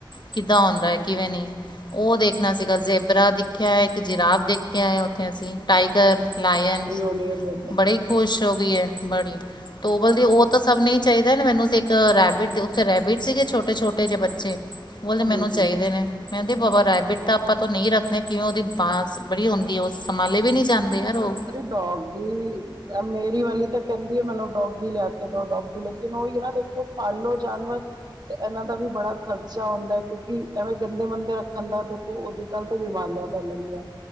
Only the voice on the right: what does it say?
ਣੀਏ ਫਿਰ।
ਹੂੰ ਹੂੰ
ਡੌਗੀ ਮੇਰੀ ਵਾਲੀ ਤਾਂ ਕਹਿੰਦੀ ਹੈ ਮੈਨੂੰ ਡੋਗੀ ਲਿਆ ਕੇ ਦੋ, ਡੋਗੀ ਲੇਕਿਨ ਉਹੀ ਨਾ ਦੇਖੋ ਪਾਲੋ ਜਾਨਵਰ ਤੇ ਇਹਨਾਂ ਦਾ ਵੀ ਬੜਾ ਖਰਚਾ ਆਉਂਦਾ ਹੈ, ਕਿਉਂਕਿ ਐਵੇਂ ਗੰਦੇ ਮੰੰਦੇ ਰੱਖਣ ਦਾ ਦੇਖੋ ਉਹਦੇ ਨਾਲ ਤੇ ਬਿਮਾਰੀਆਂ ਫ਼ੈਲਣ ਗਿਆਂ